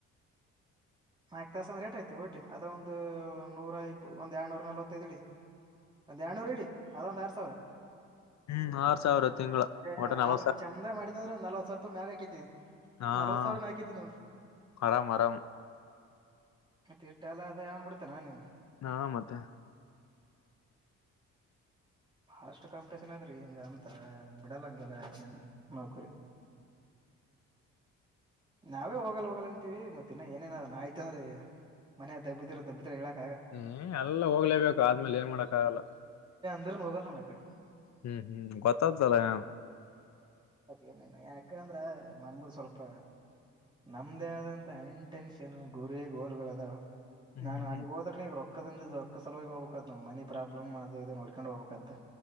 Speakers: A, on the right; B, on the left.
A: <inaudible> ನಾಲ್ಕು ತಾಸಂದ ರೇಟ್ ಆಯ್ತು ಟಿ ಅದ ಒಂದು ನೂರ ಇ ಒಂದ ಎಏರ್ನೂರ ನಲ್ವತ್ತೈದುಡಿ ಒ ಯಣೂ ರಡಿ ಅದೊಂದ್ ಆರ್ ಸಾವಿರ
B: ಹ್ಮ್ ಆರ್ ಸಾವಿರ ತಿಂಗಳ
A: ಅದ
B: ಒಟ ನಲ್ವತ್
A: ಆದ್ರೆ
B: ಸಾವಿರ
A: ನೀ ಚಂದ ಮಾಡಿದಂದ್ರೆ ಒಂದು ನಲ್ವತ್ ಸಾವಿರ ರೂಪಾಯಿ ಮ್ಯಾಗ ಹಾಕತಿತಿ
B: ಹಾ
A: ನಲ್ವತ್
B: ಹಾ
A: ಸಾವಿರ ನಾಕೈತಿ ನೋಡು
B: ಆರಾಮ್ ಆರಾಮ್
A: ಮತ್ತ ಇರ್ಟ್ಟ ಎಲ್ಲ ಅದ ಯಾವನ್್ ಬಿಿಡ್ತೇಾನ ನಾನ್
B: ಹಾ ಮತ್ತೆ
A: ಬಷ್ಟ ಕಾಂಪಿಟಷನ್ ಅದ್ರಿ ಹಿಂಗ ಅಂತ ಬಿಡಲ್ಲಂಗಗೆಲ್ಲ ನೌಕರಿ <inaudible> ನಾವೇ ಹೋಗಲ್ಲ ಹೋಗಲ್ಲ ಅಂತೀವಿ ಮತ್ತ ಇನ್ನ ಏನೇನಾದಾ ಆಯ್ತಂದ್ರ ಮನಯ ದಬ್ಬಿದ್ರೆ ದಬ್ಬಿದ್ರೆ ಹೇಳಾಕ್
B: ಹ್ಮ ಎಲ್ಲ ಹೋಗ್ಲೇಬೇಕು ಆದ್ಮೇಲೆ ಏನ್ ಮಾಡಕ್ ಆಗಲ್ಲ
A: ಇದ್ರ ಹೋಗಲ್ಲ ನಮ್ಮ ಆ ಕಡೆ
B: ಹ್ಮ್ ಹ್ಮ್ ಗತ್ತದ ಜಲ್ಲ ಯ
A: ಏನೇ ಯಾಕಂದ್ರ ನಂಬ್ರ ಸ್ವಲ್ಪ ನಮದೇ ಆದಂಥ ಇಂಟೆನ್ಷನ್ ಗುರಿ ಗೋಲುಗಳದಾವ
B: ಹ್ಮ್
A: ನಾನು ಅಲ್ಲಿಗ್ ಹೋದ್ರನಗ್ರೋ ಪಕ್ಕದಿಂದಕ್ಕ ಸಲುವವಾಗಿ ಹೋಗ್ಬೇಕಾದ ನ್ ಮನಿ ಪ್ರಾಬ್ಲಮ್ ಅದ ಇದು ನೋಡ್ಕೊಂಡು ಹೋಗ್ಬೇಕಾಗ್ತೆ